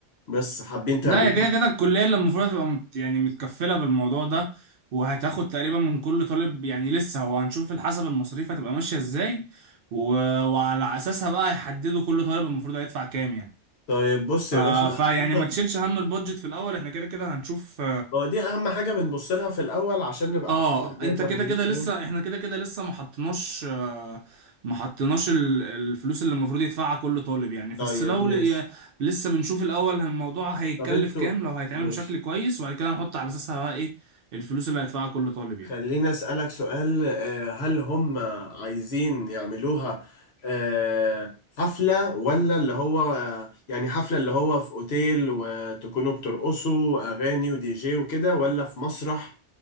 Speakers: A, on the left (about 65°); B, on the right (about 60°).
A: بس حابين تعملوها
B: لا هي كده كده الكلية اللي المفروض هتبقى مت يعني متكفلة بالموضوع ده وهتاخد تقريبا من كل طالب يعني لسه هو هنشوف حسب المصاريف هتبقى ماشية ازاي و... وعلى اساسها بقى هيحددوا كل طالب المفروض هيدفع كام يعني
A: طيب بص
B: ف...
A: يا باشا
B: فيعني
A: حسب
B: ما تشيلش هم البودجت في الاول احنا كده كده هنشوف
A: هو دي اهم حاجة بنبص لها في الاول عشان نبقى
B: اه
A: عارفين نقدر
B: انت كده
A: نجيب
B: كده لسه
A: ايه
B: احنا كده كده لسه ما حطيناش آه، ما حطيناش ال- الفلوس اللي المفروض يدفعها كل طالب يعني بس
A: طيب
B: لو
A: ماشي
B: ل- يعني لسه بنشوف الاول الموضوع هيتكلف
A: طب انتوا
B: كام لو هيتعمل
A: ماشي
B: بشكل كويس وبعد كده نحط على اساسها بقى ايه الفلوس اللي هيدفعها كل طالب يعني
A: خليني أسألك سؤال آه، هل هم عايزين يعملوها آه، حفلة ولا اللي هو آه، يعني حفلة اللي هو في أوتيل وتكونوا بترقصوا وأغاني ودي جي وكده ولا في مسرح